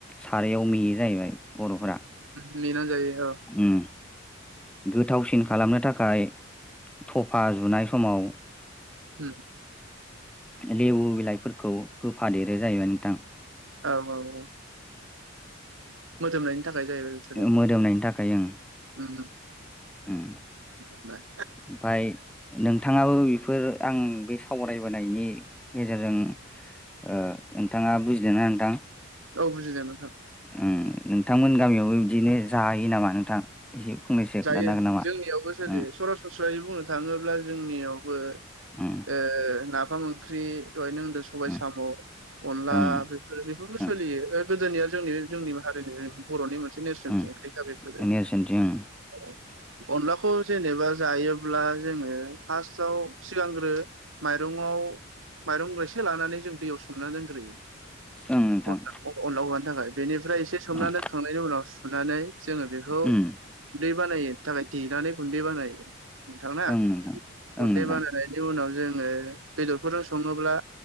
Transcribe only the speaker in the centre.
सारायाव मेयो जाहैबाय। बर'फोरा।
उम। गोथावसिन खालामनो थाखाय थफा जुनाय समाव
लेबु बिलाइफोरखौ होफादेरो जाहैबाय नोंथां।
उम मोदोमनायनि थाखाय ओं
उम ओमफाय नोंथाङाबो बेफोर आं बे सावरायबोनायनि गेजेरजों ओ नोंथाङा बुजिदोंना नोंथां?
उम नोंथांमोन गामियावबो बिदिनो जाहैयो नामा नोंथां? एसे फंनैसो खोन्थानो
हागोन नामा?
उम
उम
उम
ओं
ओं
ओं
उम नेरसोनथि ओं
ओं नोंथां
ओं
उम
ओं नोंथां
ओं नोंथां